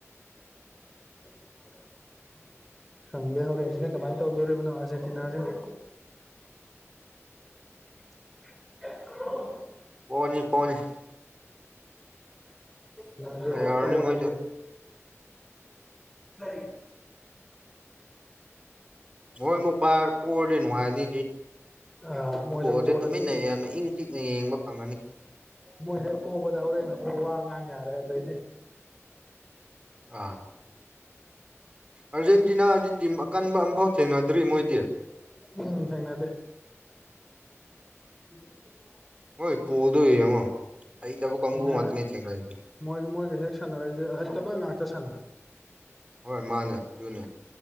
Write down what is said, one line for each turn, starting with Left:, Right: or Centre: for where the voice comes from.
Centre: <inaudible> ꯈꯪꯗꯦ ꯍꯣꯔꯦꯟꯁꯤꯅ ꯀꯃꯥꯏꯅ ꯇꯧꯗꯣꯔꯤꯕꯅꯣ ꯑꯥꯔꯖꯦꯟꯇꯤꯅꯥꯁꯦ <inaudible> <unintelligible>
Right: ꯄꯣꯅꯤ ꯄꯣꯅꯤ
Centre: ꯅꯪꯁꯨ
Right: ꯌꯧꯔꯅꯤ
Centre: ꯄꯣꯔꯗꯤ
Right: ꯃꯣꯏꯁꯨ
Centre: <unintelligible>
Right: ꯃꯣꯏ ꯑꯃꯨꯛ ꯄꯥꯏꯔ ꯄꯣꯔꯗꯤ ꯅꯨꯡꯉꯥꯏꯅꯤ
Centre: ꯑꯥ
Right: ꯐꯨꯠꯕꯣꯜꯁꯦ
Centre: ꯃꯣꯏꯁꯨ ꯄꯣꯔꯗꯤ
Right: ꯇꯨꯃꯤꯟꯅ ꯌꯥꯝꯅ ꯏꯪ ꯆꯤꯛꯅ ꯌꯦꯡꯕ ꯐꯪꯉꯅꯤ
Centre: ꯃꯣꯏ ꯍꯦꯛ ꯄꯣꯕꯗ ꯍꯧꯔꯦꯅ ꯑꯃꯨꯛ ꯋꯥ ꯉꯥꯡ ꯌꯥꯔꯦ ꯑꯗꯨꯗꯏꯗꯤ
Right: ꯑꯥ ꯑꯥꯔꯖꯦꯟꯇꯤꯅꯥꯗꯤ ꯇꯤꯝ ꯑꯀꯟꯕ ꯑꯃꯝꯐꯥꯎ ꯊꯦꯡꯅꯗ꯭ꯔꯤ ꯃꯣꯏꯗꯤ
Centre: ꯎꯝ ꯊꯦꯡꯅꯗꯦ <inaudible>
Right: ꯍꯣꯏ ꯄꯣꯜꯗꯣ ꯌꯦꯡꯉꯣ ꯍꯩꯇꯕ ꯀꯥꯡꯕꯨ
Centre: ꯎꯝ
Right: ꯉꯥꯛꯇꯅꯤ ꯊꯦꯡꯅꯔꯤꯁꯦ
Centre: ꯃꯣꯏ ꯃꯣꯏꯒ ꯍꯦꯛ ꯁꯥꯟꯅꯔꯏꯁꯦ ꯑꯍꯩꯇꯕ ꯉꯥꯛꯇ ꯁꯥꯟꯅꯩ
Right: ꯍꯣꯏ ꯃꯥꯅꯦ ꯑꯗꯨꯅꯦ